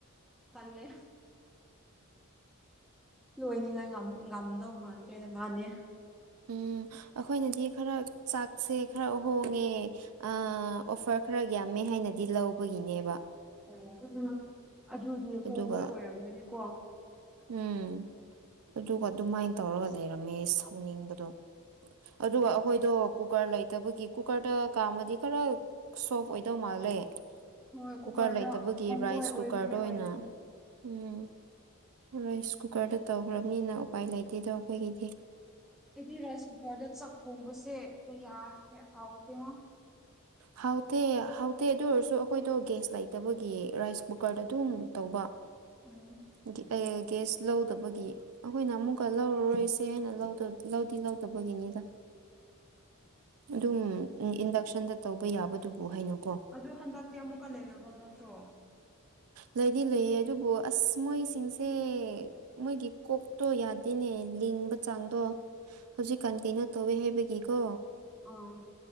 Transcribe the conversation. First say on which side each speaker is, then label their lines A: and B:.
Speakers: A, in the centre; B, on the right.
A: ꯇꯂꯦ ꯂꯣꯏꯅꯤꯉꯥꯏ ꯉꯝ ꯉꯝꯗꯧ ꯃꯥꯟꯗ꯭ꯔꯦ ꯃꯥꯅꯦ
B: ꯎꯝ ꯑꯈꯣꯏꯅꯗꯤ ꯈꯔ ꯆꯥꯛꯁꯦ ꯈꯔ ꯍꯣꯡꯉꯦ ꯑꯥ ꯑꯣꯐꯔ ꯈꯔ ꯌꯥꯝꯃꯦ ꯍꯥꯏꯅꯗꯤ ꯂꯧꯕꯒꯤꯅꯦꯕ
A: ꯑꯣ ꯑꯗꯨꯗꯨ ꯍꯣꯡꯕ
B: ꯑꯗꯨꯒ
A: ꯑꯣꯏꯔꯝꯒꯅꯤꯀꯣ
B: ꯎꯝ ꯑꯗꯨꯒ ꯑꯗꯨꯃꯥꯏꯟ ꯇꯧꯔꯒ ꯂꯩꯔꯝꯃꯦ ꯁꯧꯅꯤꯡꯕꯗꯣ ꯑꯗꯨꯒ ꯑꯩꯈꯣꯏꯗꯣ ꯀꯨꯀꯔ ꯂꯩꯇꯕꯒꯤ ꯀꯨꯀꯔꯗ ꯀꯥꯝꯃꯗꯤ ꯈꯔ ꯁꯣꯐ ꯑꯣꯏꯗꯧ ꯃꯥꯜꯂꯦ
A: ꯍꯣꯏ ꯀꯨꯀꯔꯗ
B: ꯀꯨꯀꯔ ꯂꯩꯇꯕꯒꯤ
A: ꯑꯣꯏ
B: ꯔꯥꯏꯁ
A: ꯑꯣꯏꯒꯅꯤ
B: ꯀꯨꯀꯔꯗ ꯑꯣꯏꯅ
A: ꯑꯣꯏꯒꯅꯤ
B: ꯎꯝ ꯔꯥꯏꯁ ꯀꯨꯀꯔꯗ ꯇꯧꯈ꯭ꯔꯝꯅꯤꯅ ꯎꯄꯥꯏ ꯂꯩꯇꯦꯗꯣ ꯑꯩꯈꯣꯏꯒꯤꯗꯤ
A: ꯑꯩꯗꯤ ꯔꯥꯏꯁ ꯀꯨꯀꯔꯗ ꯆꯥꯛ ꯊꯣꯡꯕꯁꯦ ꯀꯌꯥ ꯍꯥꯎ ꯍꯥꯎꯇꯦꯉꯣ
B: ꯍꯥꯎꯇꯦ ꯍꯥꯎꯇꯦ ꯑꯗꯨ ꯑꯣꯏꯔꯁꯨ ꯑꯩꯈꯣꯏꯗꯣ ꯒꯦꯁ ꯂꯩꯇꯕꯒꯤ ꯔꯥꯏꯁ ꯀꯨꯀꯔꯗ ꯑꯗꯨꯝ ꯇꯧꯕ
A: ꯎꯝ
B: ꯒꯦ ꯑꯥ ꯒꯦꯁ ꯂꯧꯗꯕꯒꯤ ꯑꯩꯈꯣꯏꯅ ꯑꯃꯨꯛꯀ ꯂꯧꯔꯔꯣꯏꯁꯦꯅ ꯂꯧꯗꯞ ꯂꯧꯗꯤ ꯂꯧꯗꯕꯒꯤꯅꯤꯗ ꯑꯗꯨꯝ ꯎꯝ ꯏꯟꯗꯛꯁꯟꯗ ꯇꯧꯕ ꯌꯥꯕꯗꯨꯕꯨ ꯍꯩꯅꯀꯣ
A: ꯗꯣ ꯍꯟꯗꯛꯇꯤ ꯑꯃꯨꯛꯀ ꯂꯩꯔꯕꯣ ꯅꯠꯇ꯭ꯔꯣ
B: ꯂꯩꯗꯤ ꯂꯩꯌꯦ ꯑꯗꯨꯕꯨ ꯑꯁ ꯃꯣꯏꯁꯤꯡꯁꯦ ꯃꯣꯏꯒꯤ ꯀꯣꯛꯇꯣ ꯌꯥꯗꯦꯅꯦ ꯂꯤꯡꯕ ꯆꯥꯡꯗꯣ ꯍꯧꯖꯤꯛꯀꯥꯟ ꯀꯩꯅꯣ ꯇꯧꯋꯦ ꯍꯥꯏꯕꯒꯤꯀꯣ
A: ꯑꯣ